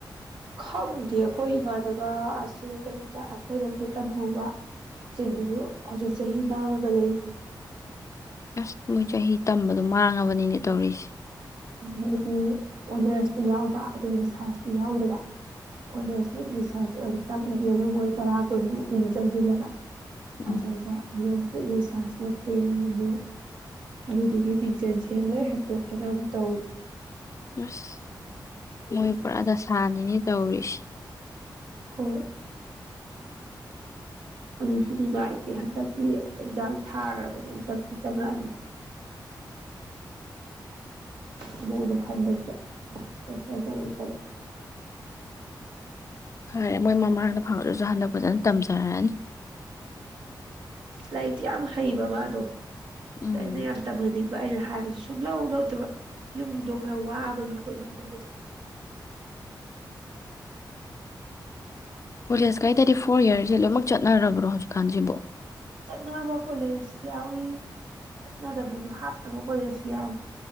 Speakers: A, on the right; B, on the left.
A: ꯈꯪꯗꯤ ꯑꯈꯣꯏ ꯏꯃꯥꯟꯅꯕ ꯑꯁꯤ ꯀꯩꯅꯣꯗ ꯑꯩꯈꯣꯏꯔꯣꯝꯗ ꯇꯝꯍꯧꯕ ꯁꯤꯡꯗꯨꯖꯨ ꯍꯧꯖꯤꯛ ꯆꯍꯤ ꯃꯥꯡꯉꯒ ꯂꯩꯔꯤꯅꯤ꯫
B: ꯑꯁ ꯃꯣꯏ ꯆꯍꯤ ꯇꯝꯕꯗꯣ ꯃꯥꯡꯉꯕꯅꯤꯅꯦ ꯇꯧꯔꯤꯁꯦ
A: ꯃꯣꯏꯒꯤ ꯑꯣꯅꯔꯁꯇꯤ ꯌꯥꯎꯕ ꯑꯗꯨ ꯔꯤꯁꯥꯔꯁꯇꯤ ꯌꯥꯎꯗꯕ ꯑꯣꯅꯔꯁꯁꯨ ꯔꯤꯁꯥꯔꯁ ꯑꯣꯏꯅ ꯇꯝꯒꯦꯅ ꯃꯣꯏ ꯇꯔꯥ ꯀꯨꯟꯃꯨꯛ ꯃꯤꯡ ꯆꯟꯁꯤꯜꯂꯕ
B: ꯎꯝ
A: ꯑꯗꯩꯗ ꯔꯤꯁꯥꯔꯁ ꯅꯠꯇꯦ ꯉꯅꯕꯨ ꯑꯗꯨꯗꯨꯒꯤ ꯃꯤꯡꯖꯟꯁꯦ ꯂꯣꯏ ꯍꯛꯇꯣꯛ ꯇꯅꯕꯨ ꯇꯧꯋꯤ
B: ꯑꯁ ꯃꯣꯏ ꯄꯨꯔꯥ ꯗꯁꯥꯅꯤ ꯅꯤꯅꯦ ꯇꯧꯔꯤꯁ‌ꯦ
A: ꯍꯣꯏ ꯑꯗꯨꯁꯨ ꯅꯨꯡꯉꯥꯏ ꯍꯟꯗꯛꯇꯤ ꯑꯦꯛꯖꯥꯡ ꯊꯥꯈ꯭ꯔꯕꯅꯤ ꯍꯟꯗꯛꯇꯤ ꯆꯪꯉꯛꯑꯅꯤ ꯑꯅꯧꯕ ꯈꯟꯕꯁꯤꯗ ꯐꯔ‌ꯦꯁꯔ ꯆꯪꯪꯂꯛꯄꯗ
B: ꯐꯔ‌ꯦ ꯃꯣꯏ ꯃꯃꯥꯡꯗ ꯐꯪꯉꯒꯁꯨ ꯍꯟꯗꯛ ꯐꯖꯅ ꯇꯝꯖꯩ ꯌꯥꯔꯅꯤ
A: ꯂꯥꯏꯔꯤꯛꯇꯤ ꯌꯥꯝ ꯍꯩꯕ ꯃꯥꯗꯣ
B: ꯎꯝ
A: ꯑꯗꯩꯗ ꯌꯥꯝ ꯇꯝꯍꯟꯅꯤꯡꯕ ꯑꯩꯅ ꯍꯥꯏꯕꯗꯨ ꯁꯨꯡ ꯂꯧ ꯂꯧꯗꯕ ꯌꯨꯝꯗꯣ ꯈꯔ ꯋꯥꯕꯒꯤ ꯈꯣꯏ ꯏꯃꯨꯡꯗꯕꯗꯣ
B: ꯀꯣꯂꯦꯖ ꯀꯩꯗꯗꯤ ꯐꯣꯔ ꯌꯤꯔꯁ ꯂꯣꯏꯅꯃꯛ ꯆꯠꯅꯔꯕ꯭ꯔꯣ ꯍꯧꯖꯤꯛꯀꯥꯟꯁꯤꯕꯨꯣ
A: ꯆꯠꯅꯕ ꯀꯣꯂꯦꯖ ꯌꯥꯎꯏ ꯆꯠꯅꯗꯕꯁꯨ ꯍꯥꯞꯇꯕ ꯀꯣꯂꯦꯖꯁꯨ ꯌꯥꯎꯏꯤ